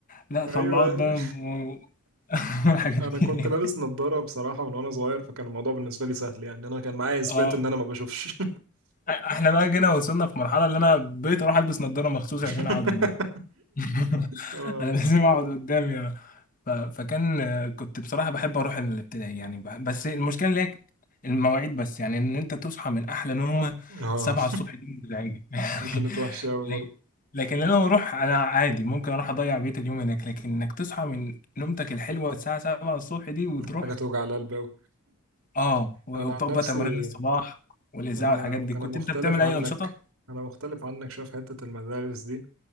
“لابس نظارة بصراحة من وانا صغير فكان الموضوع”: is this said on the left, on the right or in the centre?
Right